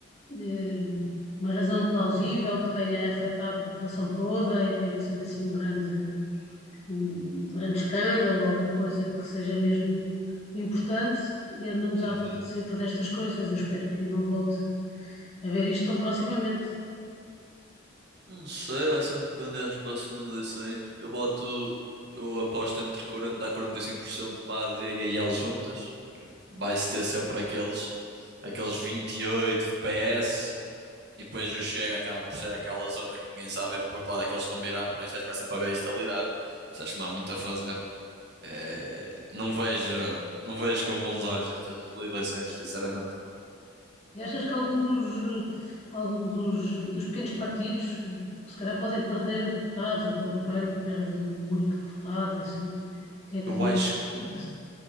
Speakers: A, on the left; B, on the right.
A: eh, uma razão plausível que tenha afetado a população toda e que tenha sido assim um grande, um, um grande escândalo, alguma coisa que seja mesmo importante. E andamos
B: Uhum.
A: à volta sempre destas coisas. Eu espero que não volte a ver isto tão proximamente.
B: Não sei, vai sempre depende das próximas eleições. Eu boto, eu aposto entre 40 a 45% para a AD e a I L juntas. Vai-se ter sempre aqueles, aqueles 28 de PS. E depois o Chega acaba por ser aquela zona que ninguém sabe bem para que lado é que eles vão virar, por isso acho que vai sempre haver estabilidade. Mas acho que não há muito a fazer. É, não vejo, não vejo com bons olhos estas eleições, sinceramente.
A: E achas que algum dos, eh, algum dos, dos pequenos partidos, eh, se calhar, podem perder deputados, até o PAN que perde o único deputado e assim? O que é que,
B: Eu acho
A: o que é que
B: que,
A: parece?